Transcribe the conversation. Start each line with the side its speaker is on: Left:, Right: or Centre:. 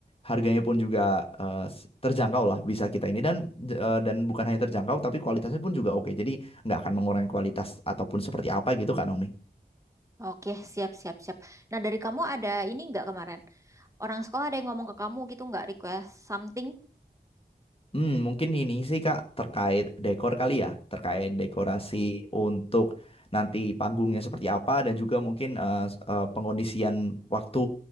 Left: harganya pun juga eh, s- terjangkau lah bisa kita ini dan eh, dan bukan hanya terjangkau tapi kualitasnya pun juga oke jadi nggak akan mengurangi kualitas ataupun seperti apa gitu kan Naomi
Right: Oke, siap, siap, siap. Nah, dari kamu ada ini nggak kemarin? Orang sekolah ada yang ngomong ke kamu gitu nggak request something?
Left: Hmm, mungkin ini sih Kak terkait dekor kali ya, terkait dekorasi
Right: Mm.
Left: untuk nanti panggungnya seperti apa dan juga mungkin eh, s- eh, pengondisian waktu